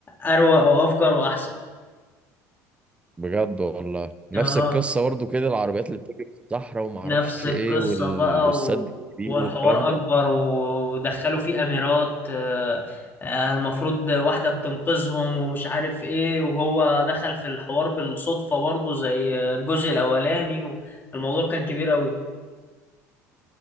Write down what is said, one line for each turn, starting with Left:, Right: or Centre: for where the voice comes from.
Left: اروق وافجر واحسن
Right: بجد والله نفس
Left: اه
Right: القصه برضه كده العربيات اللي بتجري في الصحراء وما اعرفش
Left: نفس القصة
Right: ايه وال...
Left: بقى
Right: والسد
Left: و...
Right: الكبير
Left: والحوار
Right: والكلام ده
Left: أكبر و- ودخلوا فيه أميرات آه، آه، المفروض واحدة بتنقذهم ومش عارف إيه وهو دخل في الحوار بالصدفة برضه زي الجزء الأولاني والموضوع كان كبير أوي